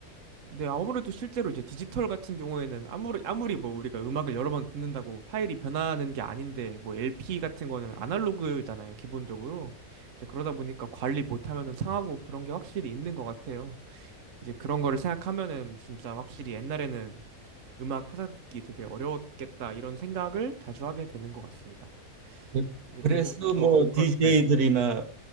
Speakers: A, on the right; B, on the right.
A: 근데 아무래도 실제로 이제 디지털 같은 경우에는 아무리 아무리 뭐 우리가 음악을 여러 번 듣는다고 파일이 변하는 게 아닌데 뭐 LP 같은 거는 아날로그잖아요, 기본적으로. 이제 그러다 보니까 관리 못하면은 상하고 그런 게 확실히 있는 것 같아요. 이제 그런 거를 생각하면은 진짜 확실히 옛날에는 음악 찾아 듣기 되게 어려웠겠다 이런 생각을 자주 하게 되는 것 같습니다.
B: 네.
A: 이제
B: 그래서
A: 또 저가
B: 뭐 DJ들이나
A: 네.